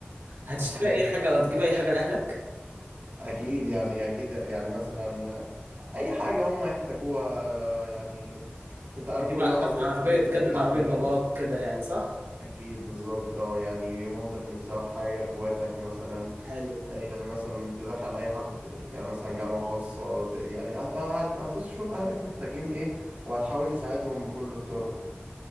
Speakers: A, on the right; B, on the right.
A: هتشتري
B: الحاجات
A: اي حاجة او هتجيب اي حاجة لأهلك
B: اكيد يعني اكيد يعني مثلا اي حاجة هم يحتاجوها يعني انت عارف
A: تجيب
B: كل
A: ع-
B: واحد
A: مثلا
B: برضه
A: عربية
B: بيبقى
A: تجدد
B: ليه
A: عربية
B: احلامه
A: باباك كده يعني صح؟
B: اكيد بالظبط اه يعني مامتك نفسها في حاجة اخواتك مثلا
A: حلو
B: يعني مثلا تدخل اي حد يعني مثلا جامعة خاصة ت- يعني هت- هت- هتشوف اهلك محتاجين ايه وهتحاول تساعدهم بكل الطرق